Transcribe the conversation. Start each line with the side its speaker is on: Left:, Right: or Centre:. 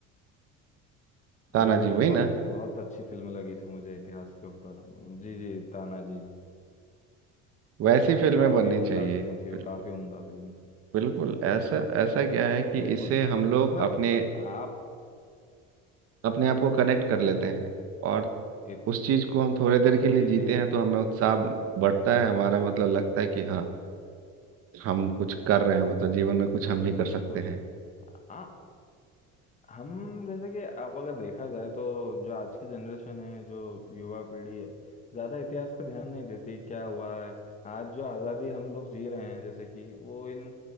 Right: तानाजी
Left: वो भी बहुत
Right: वही ना
Left: बहुत अच्छी फिल्म लगी थी मुझे इतिहास के ऊपर जी जी ताना जी
Right: वैसी
Left: का,
Right: फिल्में
Left: काफी
Right: बननी
Left: उम्दा
Right: चाहिए
Left: फिल्म थी
Right: बिल्कुल
Left: वो काफी उम्दा फिल्म
Right: बिल्कुल ऐसा ऐसा क्या है कि
Left: बिल्कुल
Right: इससे हम लोग
Left: जिसमें
Right: अपने
Left: आप
Right: अपने आप को कनेक्ट कर लेते हैं और
Left: ए,
Right: उस चीज को हम थोड़े देर के लिए
Left: जी
Right: जीते
Left: जी
Right: हैं तो हमें उत्साह बढ़ता है हमारा मतलब लगता है कि हाँ हम कुछ कर रहे हैं मतलब जीवन में कुछ हम
Left: बिल्कुल
Right: भी कर सकते
Left: बिल्कुल
Right: हैं
Left: आ, हम जैसे कि आप अगर देखा जाए तो जो आज की जनरेशन है जो युवा पीढ़ी है ज़्यादा इतिहास पे ध्यान नहीं देती क्या हुआ है आज जो आज़ादी हम लोग जी रहे हैं जैसे कि वो इन